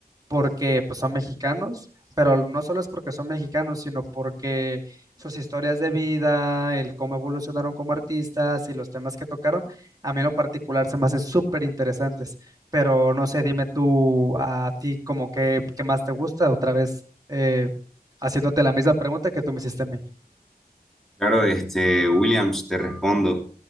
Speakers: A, on the right; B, in the centre.
A: porque pues, son mexicanos, pero no solo es porque son mexicanos, sino porque sus historias de vida, el cómo evolucionaron como artistas y los temas que tocaron, a mí en lo particular se me hacen súper interesantes. Pero no sé, dime tú a ti como que, qué más te gusta, otra vez eh, haciéndote la misma pregunta que tú me hiciste a mí.
B: Claro, este, Williams, te respondo.